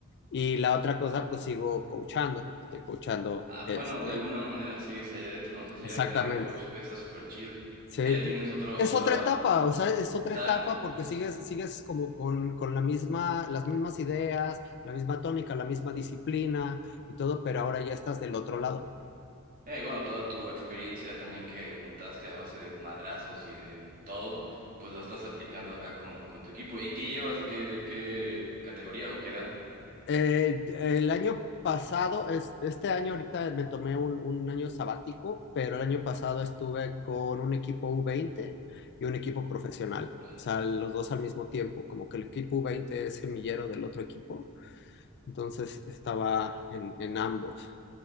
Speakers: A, on the left; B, on the right.
A: Y la otra cosa, pues sigo coachando, estoy coachando,
B: Ah,
A: este,
B: bueno, de alguna manera sigues allá adentro, ¿no? O sea, si
A: exactamente.
B: ya, ya de coach está súper chido. O
A: Sí,
B: sea, ya tienes otro,
A: es
B: otra...
A: otra etapa,
B: ah,
A: o sea, es
B: Exacto,
A: otra etapa porque
B: justo.
A: sigues, sigues como con, con la misma, las mismas ideas, la misma tónica, la misma disciplina y todo, pero ahora ya estás del otro lado.
B: Eh, bueno, toda tu experiencia también que juntaste a base de madrazos y de todo, pues lo estás aplicando acá con, con tu equipo. ¿Y qué llevas? ¿De qué, de qué categoría o qué edad?
A: Eh, el año pasado, es, este año ahorita me tomé un, un año sabático, pero el año pasado estuve con un equipo u veinte y un equipo profesional,
B: Órale.
A: o sea, los dos al mismo tiempo, como que el equipo u veinte es semillero del otro equipo, entonces estaba en, en ambos.